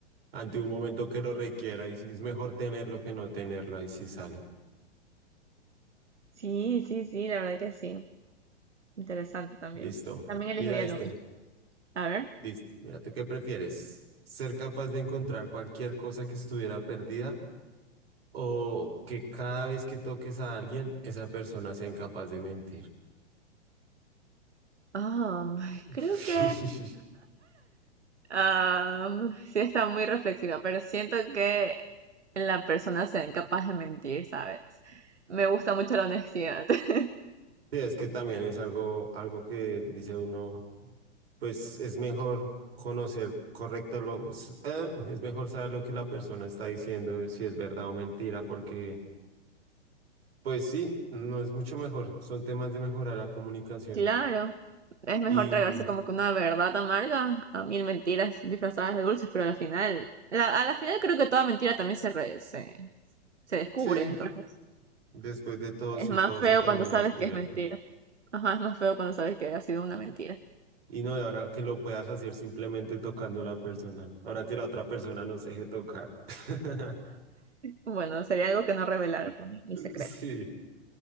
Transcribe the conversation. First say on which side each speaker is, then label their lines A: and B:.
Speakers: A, on the right; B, on the right.
A: ante un momento que lo requiera y sí es mejor tenerlo que no tenerlo, ahí sí sale.
B: Sí, sí, sí, la verdad que sí. Interesante también.
A: Listo.
B: También elegiría
A: Mira este.
B: lo mismo. A ver.
A: Listo. Mírate, ¿qué prefieres? ¿Ser capaz de encontrar cualquier cosa que estuviera perdida o que cada vez que toques a alguien, esa persona sea incapaz de mentir?
B: Ah,
A: <laughs>
B: creo que Am, <laughs> sí está muy reflexiva, pero siento que la persona sea incapaz de mentir, ¿sabes? Me gusta mucho la honestidad. <laughs>
A: Sí, es que también es algo, algo que dice uno, pues es mejor conocer correcto lo, s- eh, es mejor saber lo que la persona está diciendo, si es verdad o mentira, porque pues sí, no es mucho mejor, son temas de mejorar la comunicación.
B: Claro, es mejor
A: Y
B: tragarse como que una verdad amarga a mil mentiras disfrazadas de dulces, pero al final, la- a la final creo que toda mentira también se, re- se, se descubre,
A: Sí,
B: entonces
A: después de todo,
B: es
A: sí,
B: más
A: todo
B: feo
A: se termina
B: cuando sabes
A: descubierto.
B: que es mentira. Ajá, es más feo cuando sabes que ha sido una mentira.
A: Y no de ahora que lo puedas hacer simplemente tocando a la persona. Ahora que la otra persona no se deje tocar. <laughs>
B: Bueno, sería algo que no revelar también, mi secreto.
A: Sí,